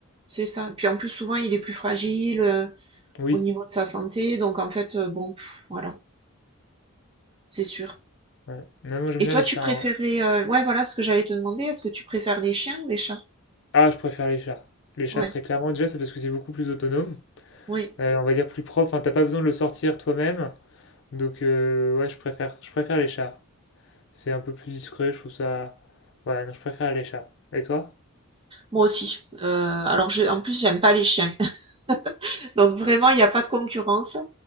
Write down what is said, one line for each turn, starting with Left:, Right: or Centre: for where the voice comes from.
Right: c'est ça. Puis en plus, souvent, il est plus fragile euh,
Left: Oui.
Right: au niveau de sa santé. Donc, en fait, euh, bon, pff, voilà, c'est sûr.
Left: Ouais. Non, moi j'aime
Right: Et
Left: bien
Right: toi,
Left: les
Right: tu
Left: chats.
Right: préférais,
Left: hein.
Right: euh, ouais, voilà ce que j'allais te demander. Est-ce que tu préfères les chiens ou les chats?
Left: Ah, je préfère les chats. Les chats,
Right: Ouais,
Left: très clairement, déjà, c'est parce que c'est beaucoup plus autonome.
Right: oui,
Left: Euh, on va dire plus propre. Enfin, t'as pas besoin de le sortir toi-même. Donc, euh, ouais, je préfère, je préfère les chats. C'est un peu plus discret, je trouve ça. Ouais, non, je préfère les chats. Et toi?
Right: moi aussi. Euh, alors, je, en plus, j'aime pas les chiens. <laughs> Donc vraiment, il n'y a pas de concurrence.